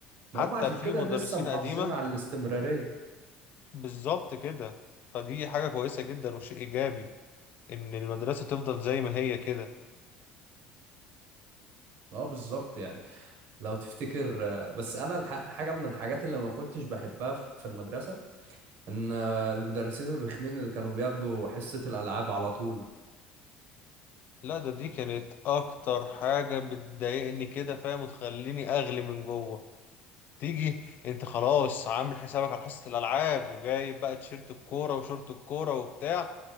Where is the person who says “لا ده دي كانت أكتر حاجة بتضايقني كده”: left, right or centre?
Left